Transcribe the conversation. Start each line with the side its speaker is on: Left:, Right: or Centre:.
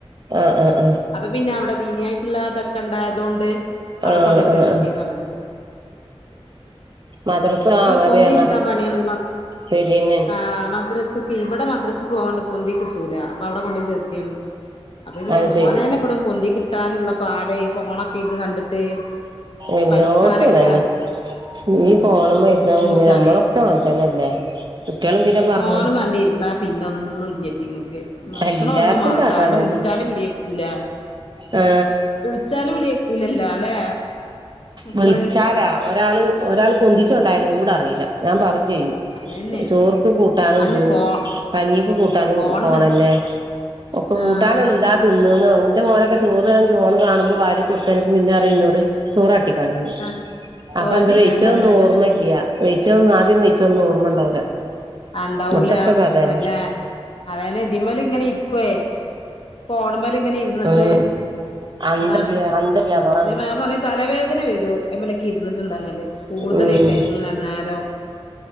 Right: ആ ആ ആ
Left: അപ്പൊ പിന്നെ അവിടെ ദീനിയായിട്ടുള്ള അതൊക്കെ ഉണ്ടായതൊണ്ട് അവിടെചേർത്തിയതാണ്
Right: ആ ആ ആ മദ്രസ ആ അറിയാം
Left: പൊന്ദി
Right: മത
Left: കിട്ടാൻ പണിയാൻ
Right: ശരിയന്നെയാണ്
Left: ആ മദ്രസ ഇവിടെ മദ്രസ്ക്ക് പോവാ കൊണ്ട് പോന്ദി കിട്ടൂല അപ്പൊ അവ്ടെ കൊണ്ട ചേർത്തിയന്ന് അപ്പൊ പിന്നെ
Right: അത്
Left: മോനേനെ
Right: ശരി
Left: എപ്പടും പൊന്തി കിട്ടാനുള്ള പാട ഫോൺ ഇരുന്ന് കണ്ടിട്ട്
Right: എല്ലോടത്തും
Left: പഠിക്കാനൊക്കെ
Right: തന്നെ
Left: ഉ
Right: ഈ ഫോണുമ്മ
Left: ഇക്ക
Right: ഇരുന്ന
Left: ബുദ്ധിമുട്ടാാണ്േ
Right: കുഞ്ഞ് നമ്മളൊക്കെ അങ്ങനെ തന്നെല്ലേ കുട്ടികള് എന്തിനാ
Left: ആഫോൺ
Right: പറഞ്ഞ്
Left: കണ്ടിരുന്നാൽ പിന്നെ ഒന്നും ഇല്ലറ്റി ഇങ്ങക്ക് ഭക്ഷണ
Right: എല്ലായിടത്തും
Left: ഒന്നും വാണ്ട
Right: കഥ അതന്നെ
Left: വിളിച്ചല് വിളി കേൾക്കൂല
Right: ആ
Left: വിളിച്ചാലും വിളിയക്കൂലല്ല അല്ലെ മക്കള്
Right: വിളിച്ചാലാ ഒരാള് ഒരാൾ പൊന്തിച്ചോണ്ടായാലും
Left: ഉം
Right: കൂടെ അറിയില്ല ഞാൻ പറഞ്ഞു ചെയ്യും
Left: അതന്നെ
Right: ചോർക്ക് കൂട്ടാനും
Left: അന്ന്
Right: ഇത്
Left: ഫോ
Right: കഞ്ഞിക്ക്െ കൂട്ടാനും
Left: ഫോണ്ന്ന്
Right: ഫോണെന്നെ ഒക്കെ
Left: ആഹ്
Right: കൂട്ടാന എന്താ തിന്നന്ന് എന്റെ മോനൊക്കെ ചോറ് ഞാൻ ഫോൺ കാണുമ്പോ വാരി കൊടുത്തതിന് ശേഷം പിന്നരിം ന്നോട് ചോറ് കാട്ടിക്കാണി
Left: ആഹ്
Right: അപ്പൊ
Left: ചോറാറ്റിക്കാനൊന്നും
Right: എന്ത വെയിിച്ച
Left: അറിയില്ലാന്നല്ലേ
Right: ഒന്നും ഓർമ്മ ഇല്ല വെയിിച്ച ഒന്നും ആദ്യം വെിച്ച ഒന്നും ഓർമ്മ ഉണ്ടാവില്ല
Left: ഉണ്ടാവൂല
Right: ഇവിടത്തൊക്കെ കഥന്നെ
Left: ഇതന്നെ അതനെ ഇതിമല ഇങ്ങനെ ഇരിക്കുവയേ ഫോണിന്മേൽ ഇങ്ങനെ ഇരുന്നിട്ട്
Right: ഉം അന്തല്ല
Left: അതാണ്
Right: അന്തല്ല അതോടാണ്
Left: ഞ മാ പറഞ്ഞ തലവേദന വരുമോ അയ്മ്മളൊക്കെ ഇരുന്നിട്ടുണ്ടങ്കല് കൂടുതലക്ക
Right: ഉം
Left: എങ്ങനെന്നരം